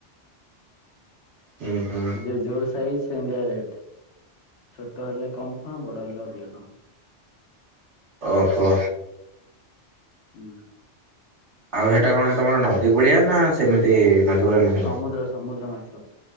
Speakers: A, on the right (about 80°); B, on the left (about 80°).
A: ହୁଁ ହୁଁ
B: ଯିଏ ଯୋଉ ସାଇଜ୍ ସେମିତିଆ ରେଟ୍। ଛୋଟ ହେଲେ କମ୍ ଟଙ୍କା ବଡ ହେଲେ ଅଧିକ ଟଙ୍କା।
A: ଓହୋ।
B: ହୁଁ।
A: ଆଉ ହେଟା କଣ ତମର ନଦୀ କୂଳିଆ ନା ସେମିତି ନଦୀ କୂଳିଆ ନୁହେଁ?
B: ସମୁଦ୍ର ସମୁଦ୍ର ମାଛ